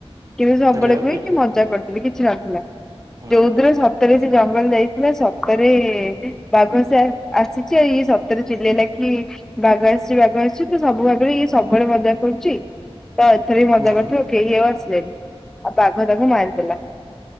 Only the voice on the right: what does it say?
ଦେଖିଲା ବେଳକୁ
କିଛି
ନଥିଲା
ହଁ ହଁ